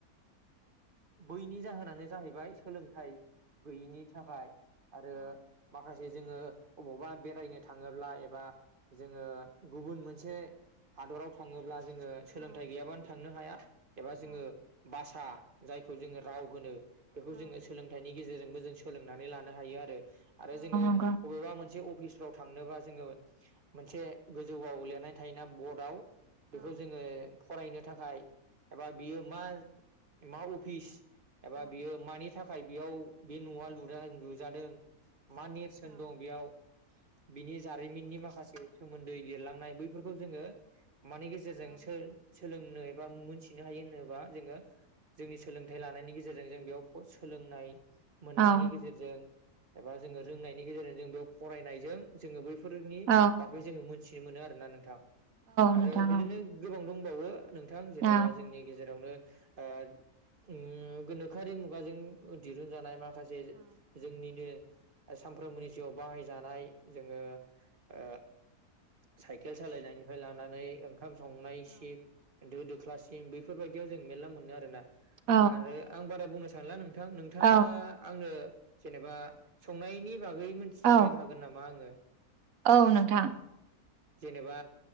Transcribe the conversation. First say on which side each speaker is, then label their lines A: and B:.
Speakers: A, on the right (about 40°); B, on the right (about 65°).
A: बैनि जाहोनानो जाहैबाय सोलोंथाइ गैयिनि थाखाय। आरो माखासे जोङो बबावबा बेरायनो थाङोब्ला एबा जोङो गुबुन मोनसे हादर हादराव थाङोब्ला जोङो सोलोंथाइ गैयाबानो थांनो हाया। एबा जोङो भाषा जायखौ जोङो राव होनो बेखौ जोङो सोलोंथाइनि गेजेरजोंबो जों सोलोंनानै लानो हायो आरो आरो जों अबेबा
B: औ
A: मोन मोनसे अफिसफ्राव थांनोबा जोङो मोनसे गोजौआव लिरनाय थायोना बर्डआव बेखौ जोङो फरायनो थाखाय एबा बियो मा मा अफिस एबा बियो मानि थाखाय बेयाव बे न'आ लुआ लुजादों मा नेरसोन दं बेयाव बिनि जारिमिननि माखासे सोमोन्दै लिरलांनाय बैफोरखौ जोङो मानि गेजेरजों सोलोंनो एबा मोनथिनो हायो होनोबा जोङो जोंनि सोलोंथाइ लानायनि गेजेरजों जों बेयाव सोलोंनाय मोननायनि
B: औ
A: गेजेरजों एबा जोङो रोंनायनि गेजेरजों जों बेयाव फरायनायजों जोङो बै बेफोरनि
B: औ
A: बागै जोङो मोनथिनो मोनो आरोना नोंथां आरो
B: नोंथां
A: बिदिनो गोबां दंबावो। नोंथां जेनेबा
B: औ
A: जोंनि गेजेरावनो ओ‌ उम गोनोखोआरि मुगाजों दिरुनजानाय माखासे ओ सानफ्रोमबोनि जिउआव बाहायजानाय जोङो ओ साइकेल सालायनायनिफ्राय लानानै ओं खाम संनायसिम दो दोख्लासिम बैफोरबायदियाव जों मेरला मोनो आरोना
B: औ
A: आरो आं बारा बुंनो सानला नोंथां नोंथाङा
B: औ
A: आंनो जेनेबा संनायनि बागै मोनथिनो
B: औ
A: हागोन नामा आङो
B: औ नोंथां
A: जेनेबा